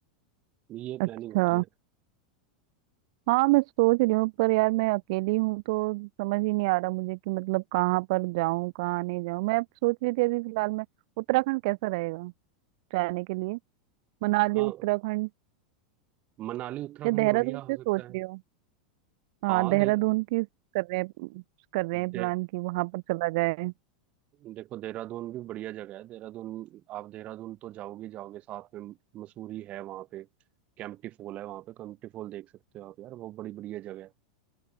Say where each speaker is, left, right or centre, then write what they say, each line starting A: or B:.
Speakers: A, on the right (about 40°); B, on the right (about 60°).
A: ये
B: अच्छा
A: प्लानिंग होती है
B: हाँ मैं सोच रही हूँ पर यार मैं अकेली हूँ तो समझ ही नहीं आ रहा मुझे कि मतलब कहाँ पर जाऊँ कहाँ नहीं जाऊँ मैं अब सोच रही थी अभी फिलहाल मैं उत्तराखंड कैसा रहेगा जाने के लिए मनाली
A: हाँ
B: उत्तराखंड
A: मनाली उत्तराखंड
B: या देहरादून
A: बढ़िया हो
B: भी
A: सकता
B: सोच
A: है
B: रही हूँ हाँ
A: हाँ
B: देहरादून
A: दे,
B: की कर रहे हैं कर रहे
A: दे,
B: हैं प्लान कि वहां पर चला जाए
A: देखो देहरादून भी बढ़िया जगह है देहरादून आप देहरादून तो जाओगे जाओगे साथ में मसूरी है वहाँ पे कैंपटी फॉल है वहाँ पे कैंपटी फॉल देख सकते हो आप यार वो बड़ी बढ़िया जगह है